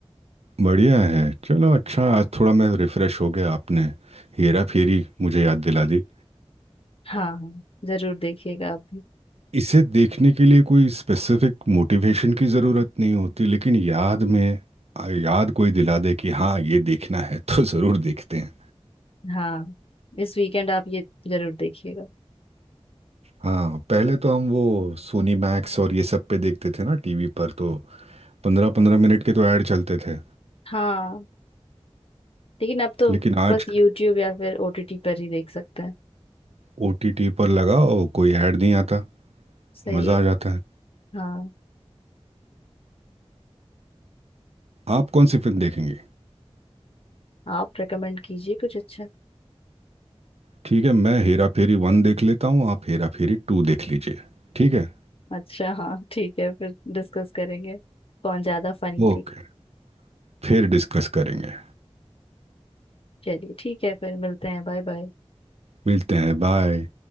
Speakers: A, on the right; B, on the left.
A: बढ़िया है चलो अच्छा आज थोड़ा मैं रिफ्रेश हो गया आपने हेरा फेरी मुझे याद दिला दी
B: हाँ हाँ जरूर देखिएगा आप भी
A: इसे देखने के लिए कोई स्पेसिफिक मोटिवेशन की ज़रूरत नहीं होती लेकिन याद में आ, याद कोई दिला दे कि हाँ ये देखना है तो ज़रूर देखते हैं
B: हाँ इस वीकेंड आप ये जरूर देखिएगा
A: हाँ पहले तो हम वो सोनी मैक्स और ये सब पे देखते थे ना टीवी पर तो पंद्रह पंद्रह मिनट के तो ऐड चलते थे
B: हाँ लेकिन अब तो
A: लेकिन आज
B: बस यूट्यूब या फिर ओटीटी पर ही देख सकते हैं
A: ओटीटी पर लगाओ कोई ऐड नहीं आता
B: सही
A: मज़ा
B: है
A: आ जाता है
B: हाँ
A: आप कौन सी फिल्म देखेंगे
B: आप रेकमेंड कीजिए कुछ अच्छा
A: ठीक है मैं हेरा फेरी वन देख लेता हूँ आप हेरा फेरी टू देख लीजिए ठीक है
B: अच्छा हाँ ठीक है फिर डिस्कस करेंगे कौन ज्यादा फनी
A: ओके
B: थी
A: फिर डिस्कस करेंगे
B: चलिए ठीक है फिर मिलते हैं बाय बाय
A: मिलते हैं बाय